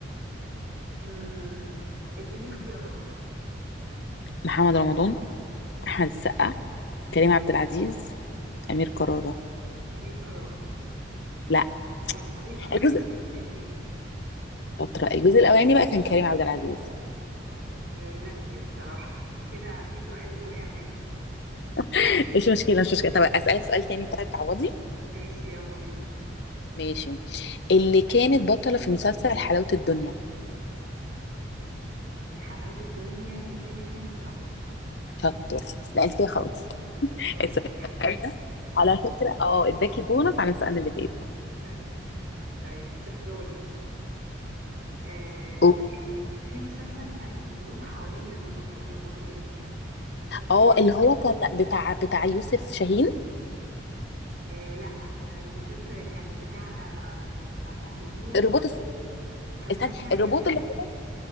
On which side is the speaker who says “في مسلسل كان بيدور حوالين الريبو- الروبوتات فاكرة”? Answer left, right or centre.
Right